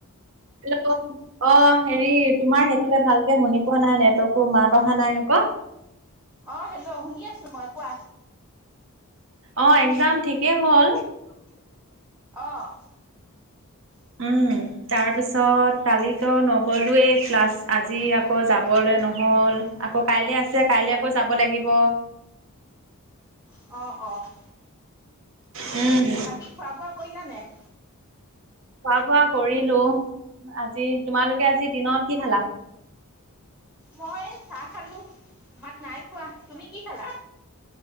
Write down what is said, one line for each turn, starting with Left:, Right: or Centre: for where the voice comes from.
Right: হেল্ল'। অ' হেৰি, তোমাৰ সেইফালে ভালকে শুনি পোৱা নাই। নেটৱৰ্কটো মাত অহা নাই আকৌ।
Centre: অ', হেল্ল' শুনি আছোঁ মই, কোৱা।
Right: অ', এক্সাম ঠিকেই হ'ল। <inaudible>
Centre: অ'। <inaudible>
Right: উম তাৰপিছত, কালিতো নগ'লোৱেই ক্লাছ। আজি আকৌ যাবলৈ নহ'ল। আকৌ কাইলে আছে, কাইলে আকৌ যাব লাগিব।
Centre: অ', অ'।
Right: উম্।
Centre: বাকী খোৱা বোৱা কৰিলানে নাই?
Right: খোৱা বোৱা কৰিলো আজি তোমালোকে আজি দিনত কি খালা?
Centre: মই চাহ খালো, ভাত নাই খোৱা, তুমি কি খালা?